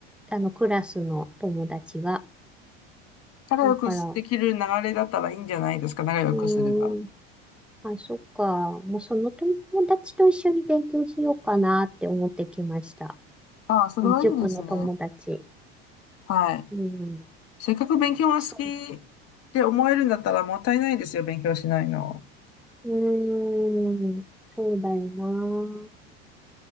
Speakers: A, in the centre; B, on the left.
A: あの、クラスの友達が。
B: 仲良くできる流れだったらいいんじゃないですか、
A: だから、う
B: 仲良くすれば。
A: ーん、まあ、そっか。もうその友達と一緒に勉強しようかなって思ってきました。
B: ああ、それはいいですね。
A: 塾の友達。
B: はい。
A: うん、
B: せっかく勉強が好きって思えるんだったらもったいないですよ、
A: そう。
B: 勉強しないの。
A: うん、うーん、そうだよな。